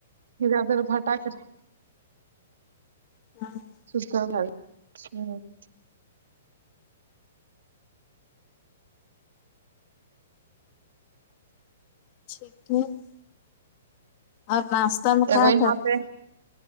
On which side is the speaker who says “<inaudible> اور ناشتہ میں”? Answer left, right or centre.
Left